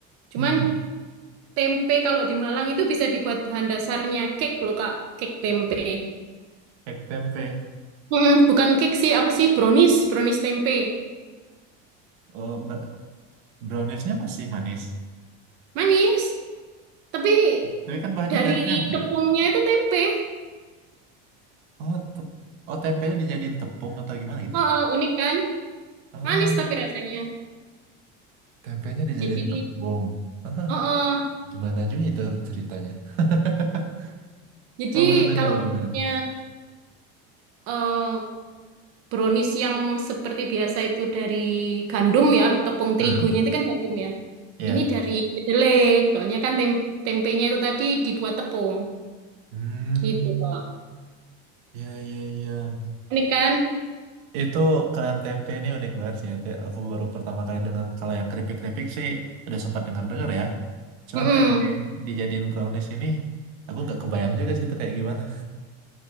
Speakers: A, on the right (about 50°); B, on the right (about 85°).
A: Cuman
B: Hmm,
A: tempe kalau di Malang itu bisa dibuat bahan dasarnya cake loh Kak, cake tempe.
B: Kayak tempe.
A: Mm, bukan cake sih, apa sih? Brownies, brownies tempe.
B: Oh, ber- browniesnya masih manis.
A: Manis, tapi
B: Tapi kan bahannya
A: dari
B: dari tempe.
A: tepungnya itu tempe.
B: Oh, te- oh tempenya dijadiin tepung atau gimana gitu?
A: Oh, eh, unik kan?
B: Oh,
A: Manis tapi rasanya.
B: tempenya dijadiin
A: Jadi,
B: tepung. Ah.
A: uh-uh.
B: Gimana juga itu ceritanya? <laughs>
A: Jadi
B: Oh, baru denger,
A: kalau
B: baru
A: punya
B: dengar?
A: eh, brownies yang seperti biasa itu dari gandum ya, tepung terigunya
B: Heeh,
A: itu kan gandum ya.
B: Iya.
A: Ini dari kedelai, soalnya kan tem tempenya itu tadi dibuat tepung,
B: Hmm.
A: gitu Kak.
B: ya ya ya.
A: Ini kan,
B: Itu kalian tempe ini unik banget sih. Itu aku baru pertama kali dengar. Kalau yang keripik-keripik sih udah sempat dengar-dengar ya. Cuman
A: mm-mm.
B: tempe dijadiin brownies ini, aku nggak kebayang juga sih itu kayak gimana.